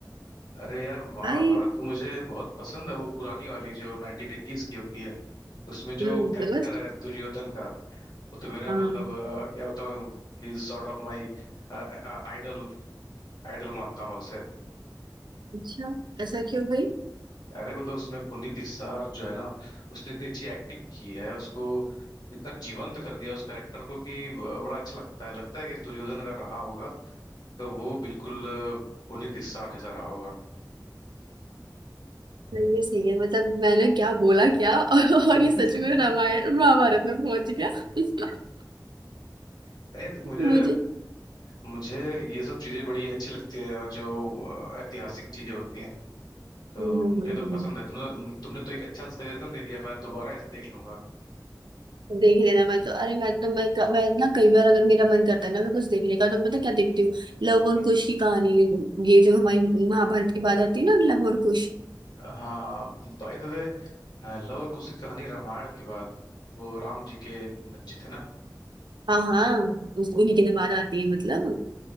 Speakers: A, on the left; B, on the right.
A: अरे यार महाभारत
B: भाई
A: तो मुझे बहुत पसंद है वो पुरानी वाली जो 1980s की होती है उसमें जो
B: हम्म,
A: कैरेक्टर
B: तो बस
A: है दुर्योधन का वो तो मेरा
B: हाँ
A: मतलब अ, क्या होता हूँ ही is sort of my idol Idol मानता हूँ मैं उसे
B: अच्छा ऐसा क्यों भाई
A: अरे मतलब उसमें पुनीत इस्सार जो है ना उसने इतनी अच्छी एक्टिंग की है उसको इतना जीवंत कर दिया उस कैरेक्टर को कि अ, बड़ा अच्छा लगता है लगता है कि दुर्योधन अगर रहा होगा तो वो बिल्कुल अ, पुनीत इस्सार जैसा रहा होगा
B: ये सही है मतलब मैंने क्या बोला क्या <laughs> और
A: <laughs>
B: ये सच में रामायण महाभारत में पहुंच गया <laughs>
A: नहीं देख मुझे
B: मुझे
A: मुझे ये सब चीजें बड़ी अच्छी लगती है और जो अ, ऐतिहासिक चीजें होती हैं तो
B: हम्म, हम्म,
A: मुझे
B: हम्म,
A: तो पसंद
B: हम्म।
A: है तुमने तुमने तो एक अच्छा सजेशन दे दिया मैं दोबारा इसे देख लूंगा
B: देख लेना मैं तो अरे मैं तो मैं मैं ना कई बार अगर मेरा मन करता है ना मैं कुछ देखने का तो मैं पता क्या देखती हूँ लव और
A: हम्म।
B: कुश की कहानी ये जो हमारी महाभारत की बात आती है ना लव और कुश
A: हाँ बाय द वे लव और कुश की कहानी रामायण के बाद वो राम जी के बच्चे थे ना
B: हाँ हाँ उस- उन्हीं के लिए बात आती है मतलब